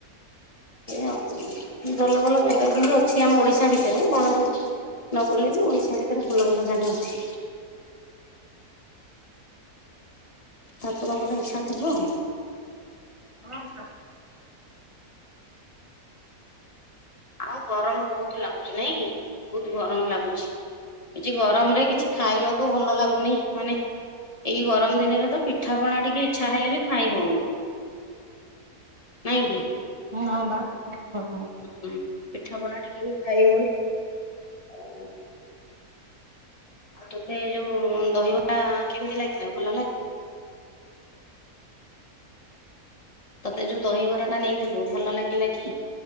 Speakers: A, on the left (about 25°); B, on the right (about 35°).
A: ଆଉ <inaudible> ଭଲ ଭଲ ଜାଗା କିନ୍ତୁ ଅଛି ଆମ ଓଡିଶା ଓଡ଼ିଶା ଭିତରେ ବାହାରକୁ ନଗଲେ ବି ଓଡିଶା ଭିତରେ ଭଲ ଭଲ ଜାଗା ଅଛି। ତାପରେ ମୋର ଇଚ୍ଛା ଥିବ ଆଉ।
B: ହଁ।
A: ଆଉ ଗରମ ବହୁତ ଲାଗୁଛି ନାଇଁ କି ବହୁତ ଗରମ ଲାଗୁଛି। କିଛି ଗରମରେ
B: ହଁ
A: କିଛି ଖାଇବାକୁ ଭଲ ଲାଗୁନି ମାନେ ଏଇ ଗରମ ଦିନରେ ତ ପିଠାପଣା ଟିକେ ଇଚ୍ଛା ହେଲେ ବି ଖାଇ ହଉନି। ନାଇଁ କି।
B: ହଁବା ହଁ। ଗରମ ହଉଛି।
A: ପିଠା ପଣା ଟିକେ ବି ଖାଇ ହଉନି। ଆଉ ତୋତେ ଯୋଉ ଦହିବରା କେମିତି ଲାଗିଲା ଭଲ ଲାଗିଲା। ତୋତେ ଯୋଉ ଦହିବରାଟା ନେଇଥିଲୁ ଭଲ ଲାଗିଲା କି?